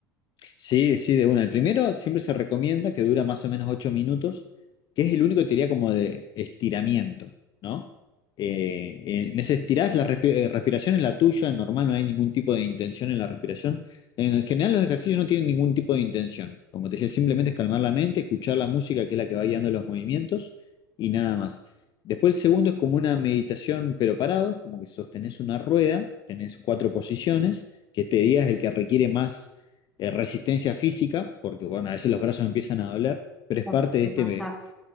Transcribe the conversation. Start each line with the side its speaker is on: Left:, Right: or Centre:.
Left: Sí, sí, de una. El primero siempre se recomienda que dura más o menos 8 minutos, que es el único que te diría como de estiramiento, ¿no? Eh, en ese estirás, la respi- eh, respiración es la tuya, normal, no hay ningún tipo de intención en la respiración. En general los ejercicios no tienen ningún tipo de intención. Como te decía, simplemente es calmar la mente, escuchar la música, que es la que va guiando los movimientos, y nada más. Después el segundo es como una meditación, pero parado, como que sostenés una rueda, tenés cuatro posiciones, que este día es el que requiere más eh, resistencia física, porque bueno, a veces los brazos empiezan a doler, pero es
Centre: Ya
Left: parte de,
Centre: Te
Left: este,
Centre: cansás.
Left: de